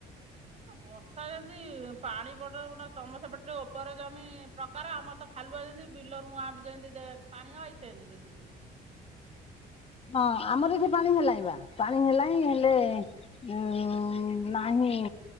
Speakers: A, on the right; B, on the left.
A: ଏ ତ ବର୍ଷା ଯେନ୍ତି ପାଣି <unintelligible> ତମ ସେପଟେ ଟିକେ ଓପର ଜମି ପ୍ରକାର, ଆମର ତ ଖାଲୁଆ ଯେନ୍ତି ବିଲ ରୁୁଆଁ ଯେନ୍ତି ପାଣି ହଏ ସେନ୍ତି <unintelligible> ଦିଶୁଚି।
B: ହଁ ଆମର ଏଠି ପାଣି ହେଲାଇଁ ବା ପାଣି ହେଲାଇଁ ହେଲେ ଉଁ ନାହିଁ